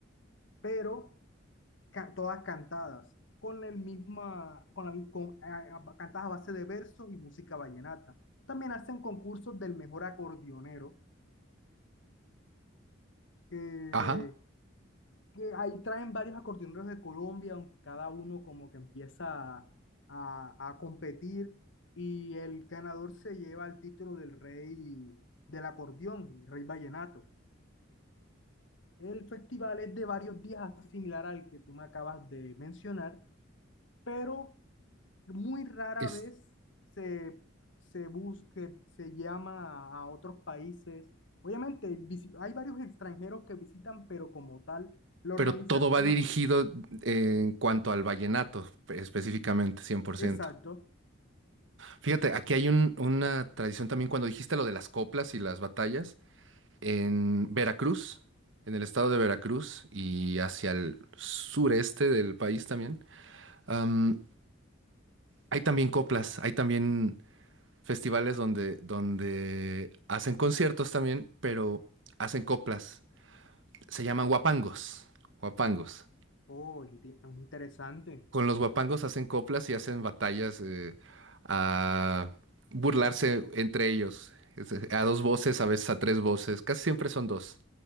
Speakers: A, on the left; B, on the right.
A: pero ca- todas cantadas, con el misma, con la, con- a- a- cantadas a base de versos y música vallenata. También hacen concursos del mejor acordeonero, que
B: Ajá.
A: que ahí traen varios acordeoneros de Colombia, aunque cada uno como que empieza a, a- a competir y el ganador se lleva el título del rey del acordeón, rey vallenato. El festival es de varios días, similar al que tú me acabas de mencionar, pero muy rara
B: Es,
A: vez se, se busca, se llama a otros países. Obviamente, visi- hay varios extranjeros que visitan, pero como tal, la
B: pero
A: organización,
B: todo va dirigido en cuanto al vallenato, específicamente, 100%.
A: exacto.
B: Fíjate, aquí hay un- una tradición también cuando dijiste lo de las coplas y las batallas, en Veracruz, en el estado de Veracruz y hacia el sureste del país también, am, hay también coplas, hay también festivales donde, donde hacen conciertos también, pero hacen coplas. Se llaman guapangos, guapangos.
A: Oh, enti- interesante.
B: Con los guapangos hacen coplas y hacen batallas eh, a burlarse entre ellos. Es, eh, A dos voces, a veces a tres voces. Casi siempre son dos.